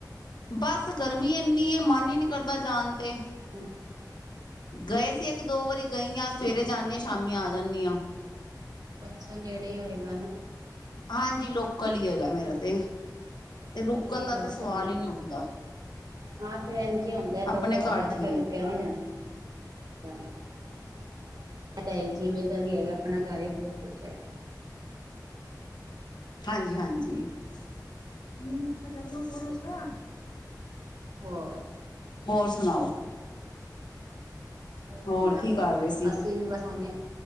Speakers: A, on the left (about 80°); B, on the right (about 65°).
A: ਬਸ ਗਰਮੀ ਇੰਨੀ ਏ, ਮਨ ਹੀ ਨਹੀਂ ਕਰਦਾ ਜਾਣ ਤੇ।
B: ਹਮ।
A: ਗਏ ਸੀ ਇੱਕ, ਦੋ ਵਾਰੀ ਗਈ ਆ, ਸਵੇਰੇ ਜਾਣੇ ਆ, ਸ਼ਾਮੀ ਆ ਜਾਣੀ ਆ।
B: ਅੱਛਾ, ਨੇੜੇ ਈ ਹੋਏਗਾ ਨਾ।
A: ਹਾਂਜੀ, ਲੋਕਲ ਈ ਹੈਗਾ ਮੇਰਾ ਤੇ। ਤੇ ਰੁਕਣ
B: ਸਹੀ ਏ
A: ਦਾ
B: ਲੋਕਲ
A: ਤੇ ਸਵਾਲ
B: ਵੀ।
A: ਹੀ ਨਹੀਂ ਉੱਠਦਾ
B: ਹਾਂ ਫੇਰ ਇੰਜ ਹੁੰਦਾ ਲੋਕਲ
A: ਆਪਣੇ
B: ਹੁੰਦਾ
A: ਘਰ
B: ਨਾ,
A: ਠੀਕ
B: ਫਿਰ ਰੁਕਿਆ
A: ਹੈ
B: ਨੀ ਜਾਂਦਾ। ਹ <inaudible> ਐ ਤਾਂ ਹੈ ਹੀ, ਜਿਵੇਂ ਜਿਹਾ ਵੀ ਹੈਗਾ ਆਪਣਾ ਘਰ ਹੀ ਬਹੁਤ ਅੱਛੈ।
A: ਹਾਂਜੀ, ਹਾਂਜੀ। ਤੁ ਝਗਰ ਲੋ ਥੋੜਾ ਸਾ <unintelligible>
B: ਹੋਰ
A: ਹੋਰ ਸੁਣਾਓ?
B: ਬਹੁ ਵਧੀਆ,
A: ਹੋਰ ਕੀ ਕਰ ਰਹੇ ਸੀ?
B: ਅਸੀਂ ਵੀ ਬਸ ਹੁਨੇ